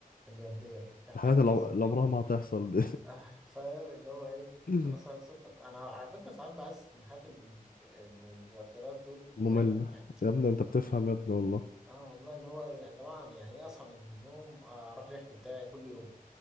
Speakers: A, in the centre; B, on the left.
A: ملياردير هتعمل
B: الحاجات اللي
A: ايه
B: عم- اللي عمرها
A: يعني
B: ما هتحصل دي
A: آه فاهم اللي هو ايه
B: <laughs>
A: انا صاحي الصبح انا على فكره ساعات بحس ان حياه المل- المليارديرات دول ممله
B: مملة
A: يعني
B: يا ابني انت بتفهم يا ابني والله
A: اه والله اللي هو يعني يا جماعه أنا يعني ايه اصحى من النوم آه، اروح اليخت بتاعي كل يوم